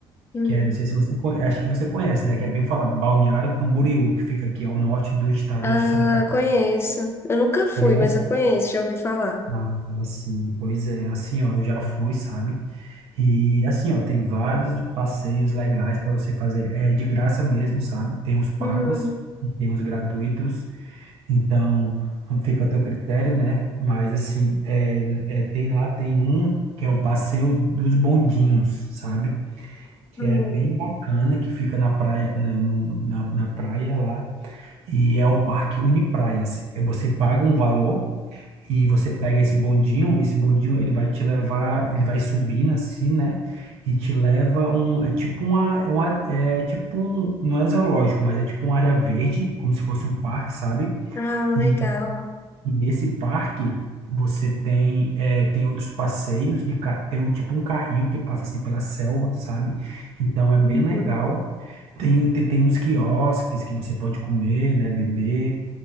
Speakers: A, on the left; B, on the right.
A: Hum.
B: que é, não sei se você conhece, acho que você conhece, né? Que é bem falado, Balneário Camboriú, que fica aqui ao norte do estado
A: Ah,
B: de Santa Catarina.
A: eu conheço. Eu nunca fui,
B: Conhece?
A: mas eu conheço, já ouvi falar.
B: Ah, assim, pois é, assim, ó, eu já fui, sabe? E assim, ó, tem vários passeios legais para você fazer, é de graça mesmo, sabe? Tem os pagos
A: Hum,
B: e tem os gratuitos, então fica a teu critério, né? Mas assim, é, é, tem lá, tem um que é o passeio dos bondinhos, sabe? que
A: hum.
B: é bem bacana, que fica na praia, no, no- na, na praia lá, e é o Parque Unipraias. É, você paga um valor e você pega esse bondinho, e esse bondinho ele vai te levar, ele vai subindo assim, né? E te leva um, é tipo uma, é uma- é tipo um, não é zoológico, mas é tipo uma área verde, como se fosse um parque, sabe?
A: Ah,
B: E,
A: legal.
B: e nesse parque você tem, é, tem outros passeios de, ca- tem um, tipo um carrinho que passa assim pela selva, sabe? Então é bem
A: Uhum,
B: legal. Tem, o- tem, tem uns quiosques que você pode comer, né, beber.